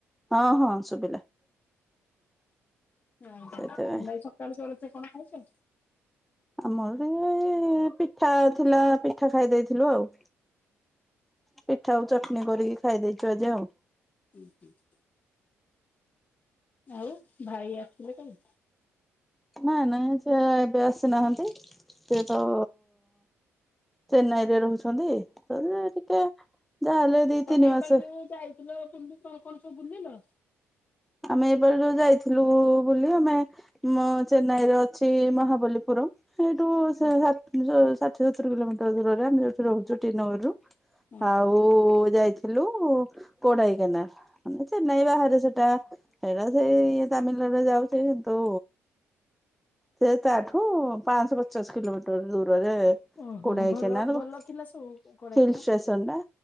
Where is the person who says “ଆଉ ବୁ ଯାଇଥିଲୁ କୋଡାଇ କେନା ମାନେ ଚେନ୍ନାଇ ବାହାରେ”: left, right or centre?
Centre